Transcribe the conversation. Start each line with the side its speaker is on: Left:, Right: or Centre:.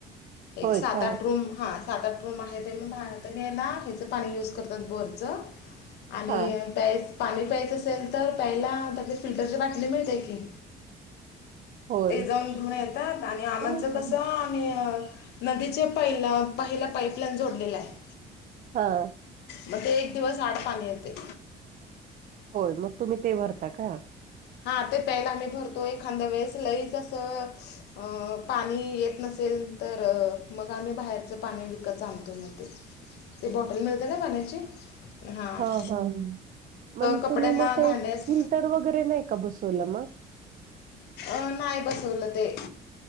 Left: एक
Right: होय
Left: सात
Right: का
Left: आठ रूम हा सात आठ रूम आहेत ते मग भाडात न आहे ना ह्याचं पाणी यूज करतात बोरचं आणि
Right: हा
Left: प्यायच पाणी प्यायचं असेल तर प्यायला त्याले फिल्टरच्या बाटली मिळते की
Right: होय.
Left: ते जाऊन घेऊन येतात आणि आमचं
Right: हा
Left: कसं नदीच्या पा पाहिला पाईपलाईन जोडलेला आहे
Right: हा
Left: मग ते एक दिवस आड पाणी येते
Right: होय मग तुम्ही ते भरता का
Left: हा ते प्यायला आम्ही भरतोय एखाांदा वेळेस लईच असं अ पाणी येत नसेल तर मग आम्ही बाहेरच पाणी विकत आणतो मध्ये ते बॉटल मिळते ना पाण्याची हां
Right: ह हा मग
Left: कपड्यांना
Right: तुम्ही मग
Left: भांड्यास
Right: ते टर वगैरे नाही का बसवलं मग
Left: अं नाही बसवलं ते